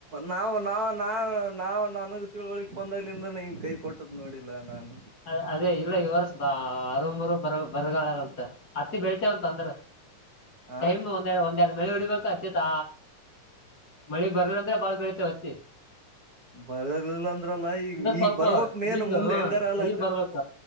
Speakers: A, on the right; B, on the left.
A: ನಾವು ನಾವ ನಾ ನಾವವು ನನಗ ತಿಳುವಳಿಕ್ ಬಂದ್ಲಂದ್ರೆ ಹಂಗ ಕೈ ಕೊಟ್ಟದ್ ನೋಡಿ. ಲ್ಲನನ್.
B: ಅ ಅದೇ ಇಲ್ಲ ಈ ವರ್ಷ ಅರ ಮೂರು ಬರ ಬರಗಾಳಾರಂತ ಹತ್ತಿ ಬೆಳ್ತೆವಂತ ಅಂದ್ರೆ.
A: ಆ
B: ಟೈಮ್ ಒಂದ ಒಂದ. ಮಳಿ ಉಡಿಬೇಕು ಅತ್ತಿ ತ ಮಳಿ ಬರ ಅಂದ್ರೆ ಬಾಳ ಬೆಳತೇವ ಅತ್ತಿ.
A: ಬರೋದಿಲ್ಲ ಅಂದ್ರಲ್ಲ ಈಗ
B: ಸ್ವಲ್ಪ
A: ಈಗ ಬರ್ವಕ್ ಮೇನ್
B: ಈಗ
A: ಮುಂದೆ
B: ಹ
A: ಹೆಂಗಾರ ಅಲ್ಲ.
B: ಈಗ ಬರ್ಬೇಕ